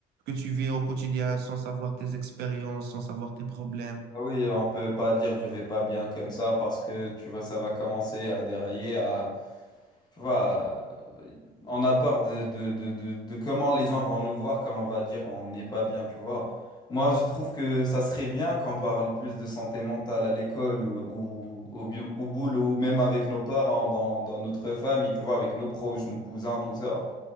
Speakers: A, on the right; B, on the left.
A: que tu vis au quotidien, sans savoir tes expériences, sans savoir tes problèmes.
B: Ah oui, on peut pas dire je vais pas bien comme ça parce que tu vois, ça va commencer à dérailler, à Tu vois, euh, on a peur de, de, de, de, de comment les gens vont nous voir quand on va dire on n'est pas bien, tu vois. Moi, je trouve que ça serait bien qu'on parle plus de santé mentale à l'école euh, ou au, bu- au boulot, même avec nos parents, dans, dans notre famille, tu vois, avec nos proches, nos cousins, tout ça.